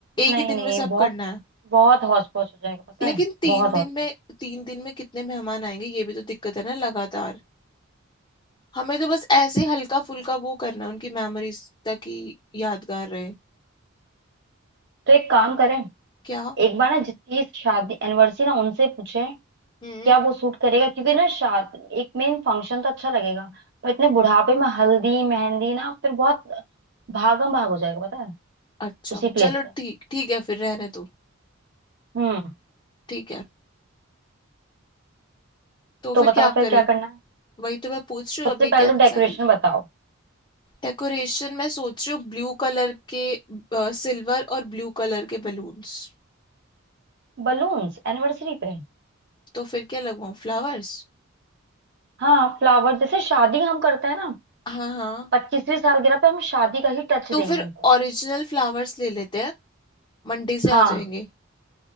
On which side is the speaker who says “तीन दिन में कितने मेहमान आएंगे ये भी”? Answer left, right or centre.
Left